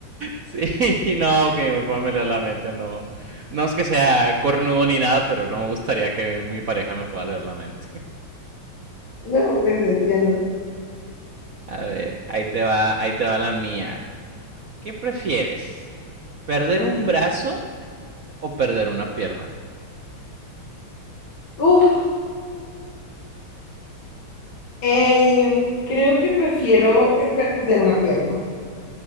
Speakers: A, on the right; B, on the left.
A: Sí, no, que mi papá me lea la mente, no. No es que sea cornudo ni nada, pero no me gustaría que mi, mi pareja me pueda leer la mente.
B: No, pues entiendo.
A: A ver, ahí te va, ahí te va la mía. ¿Qué prefieres? ¿Perder
B: Ok.
A: un brazo o perder una pierna?
B: Uf, eh, creo que prefiero eh, perder una pierna.